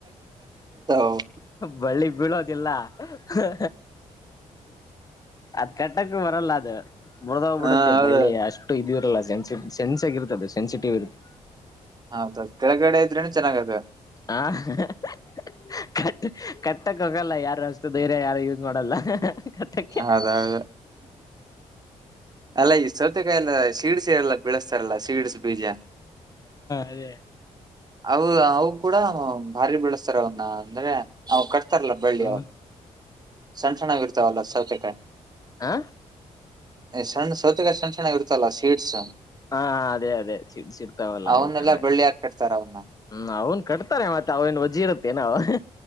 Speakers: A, on the right; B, on the left.
A: ಅವು.
B: ಬಳ್ಳಿ ಬೀಳೋದಿಲ್ಲ ಹ ಅದ ಕಟ್ಟೋಕೆ ಬರಲ್ಲ ಅದ ಮೂರದ ಹೋಗಿ ಬಿಡತ್ತೆ
A: ಹಾ ಹೌದು
B: ಬಳ್ಳಿ ಅಷ್ಟ ಇದ ಇರಲ್ಲ ಸೆನ್ಸ್ ಆಗಿ ಇರುತ್ತೆ ಸೆಂನ್ಸಿಟಿವ್ ಇರುತ್ತೆ
A: ಹ್ ಅತರ್ ಕೆಳಗಡೆ ಇದ್ರೆನು ಚನ್ನಾಗಿ ಇದೆ
B: <unintelligible> ಕಾಟಕ್ ಕಾಟಕ್ ಆಗಲ್ಲ ಅಷ್ಟ್ ಧೈರ್ಯ ಯಾರು ಉಸ್ ಮಾಡೋಲ್ಲ ಕಾಟಕೆ
A: ಹೌದೌದು ಅಲ್ಲ ಈ ಸಾವತಾಕಾಯಿ ಯಲ್ಲ ಸಿಡ್ಸ್ಯಲ್ಲ ಬಳಸ್ತಾರಲ್ಲ ಸಿಡ್ಸ್ ಬೀಜ
B: ಅದೇ
A: ಆ ಅವ್ರುಕುಡಾ ಬರಿ ಬೆಳಸ್ತರ ಅದ್ನ ಅಂದ್ರೆ ಅವ್ರ್ ಇರ್ತಾರಲ್ಲ ಬೇಲಿ
B: ಹ್ಮ್
A: ಅವ್ರ್ ಸಣ್ಣ ಸಣ್ಣಗ್ ಇರ್ತಾವಲ್ಲ ಸಾವತೆ <inaudible>
B: ಹಾ
A: ಸಣ್ಣ್ ಸೋತೆಕಾಯಿ ಸಣ್ಣ್ ಸಣ್ಣ್ ಇರ್ತಾವಲ್ಲ ಸಿಡ್ಸ್
B: ಹಾ ಅದೇ ಅದೇ ಸಿಕ್ ಸ್ಕಿತವಾಲ
A: ಅವನ್ನೆಲ್ಲಾ
B: ಅವ್ವ್ ಚನ್ನಗ್
A: ಬಳ್ಳಿಯಾಗಿ ಕಟ್ತಾರ ಅವನ್ನ.
B: ಹ್ಮ್ ಅವ್ವ್ನ್ ಕಟ್ತಾನೇ ಮತ್ ಅವವ್ರ್ ವಾಜ್ ಏನ್ ಅವ್ ಆ